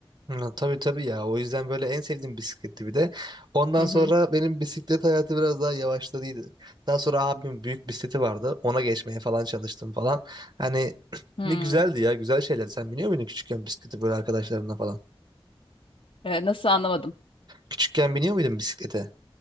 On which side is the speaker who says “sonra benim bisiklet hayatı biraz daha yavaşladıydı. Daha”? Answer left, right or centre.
Right